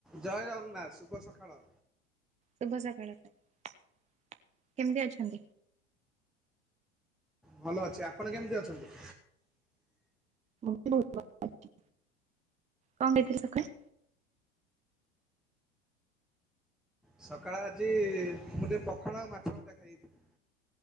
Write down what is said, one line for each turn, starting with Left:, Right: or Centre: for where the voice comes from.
Centre: ଜୟ ଜଗନ୍ନାଥ ଶୁଭ ସଖାଳ।
Right: ଶୁଭ ସକାଳ ତ କେମିତି ଅଛନ୍ତି?
Centre: ଭଲ ଅଛି ଆପଣ କେମିତି ଅଛନ୍ତି?
Right: ମୁଁ ବି ବହୁତ୍ ଭଲ ଅଛି କଣ ଖାଇଥିଲେ ସକାଳେ?
Centre: ସକାଳେ ଆଜି ମୁଁ ଟିକେ ପଖାଳ ଆଉ ମାଛ ଭଜା ଖାଇଦେଇଥିଲି।